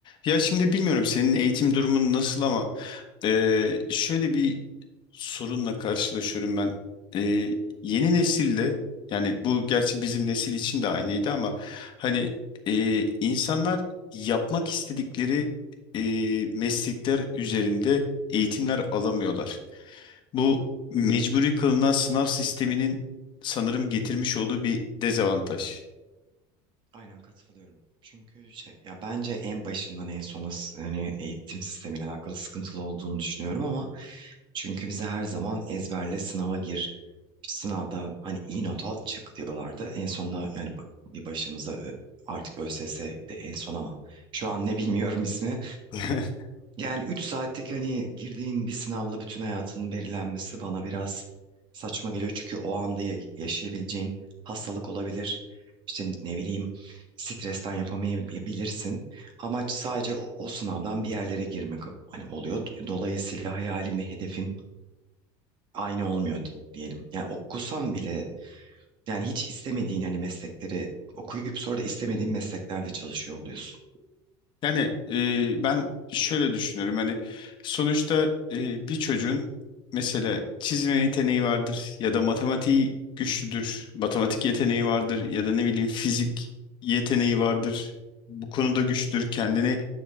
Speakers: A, on the left; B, on the right.
A: Ya şimdi bilmiyorum senin eğitim durumun nasıl ama eee, şöyle bir sorunla karşılaşıyorum ben. Eee, yeni nesilde yani bu gerçi bizim nesil için de aynıydı ama hani eee, insanlar yapmak istedikleri eee, meslekler üzerinde eğitimler alamıyorlar. Bu mecburi
B: Evet,
A: kılınan sınav sisteminin sanırım getirmiş olduğu bir dezavantaj.
B: aynen katılıyorum. Çünkü şey ya bence en başından en sona s- hani eğitim sistemiyle alakalı sıkıntılı olduğunu düşünüyorum ama çünkü bize her zaman ezberle sınava gir. Sınavda hani iyi not al çık diyorlardı. En sonunda yani ba- bir başımıza ö- artık ÖSS de en son ama şu an ne bilmiyorum ismi.
A: <laughs>
B: Yani 3 saatlik hani girdiğin bir sınavla bütün hayatının belirlenmesi bana biraz saçma geliyor. Çünkü o anda ya- yaşayabileceğin hastalık olabilir. İşte ne bileyim stresten yapamayabilirsin. Amaç sadece o, o sınavdan bir yerlere girmek hani oluyor. Dolayısıyla hayalin ve hedefin aynı olmuyor di- diyelim. Yani okusan bile yani hiç istemediğin hani meslekleri okuyup sonra da istemediğin mesleklerde çalışıyor oluyorsun.
A: Yani e, ben şöyle düşünüyorum hani sonuçta e, bir çocuğun mesela çizme yeteneği vardır ya da matematiği güçlüdür, matematik yeteneği vardır ya da ne bileyim fizik yeteneği vardır. Bu konuda güçlüdür, kendini